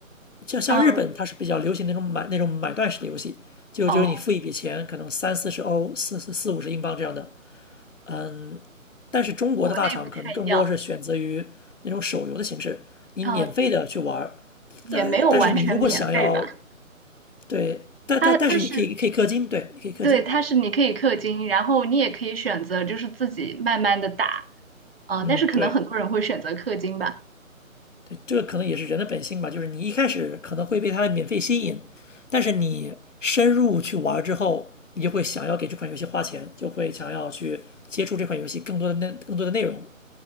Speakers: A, on the left (about 60°); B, on the right (about 45°).
A: 像像日本，
B: 嗯，
A: 它是比较流行那种买那种买断式的游戏，就就是你付一笔钱，
B: 哦。
A: 可能三四十欧、四四四五十英镑这样的，嗯，但是中国的大厂可能更多是选择于那种手游的形式，
B: 国内不太一样，
A: 你免费的去玩儿，
B: 嗯，也没有完全免费吧。
A: 但但是你如果想要对，但但但是你可以可以氪金，
B: 它它是
A: 对，你可以氪金，
B: 对，它是你可以氪金，然后你也可以选择就是自己慢慢的打，嗯，
A: 嗯，
B: 但是可能很多人会选择氪金吧。
A: 对对，这个可能也是人的本性吧，就是你一开始可能会被它的免费吸引，但是你深入去玩儿之后，你就会想要给这款游戏花钱，就会想要去接触这款游戏更多的内更多的内容，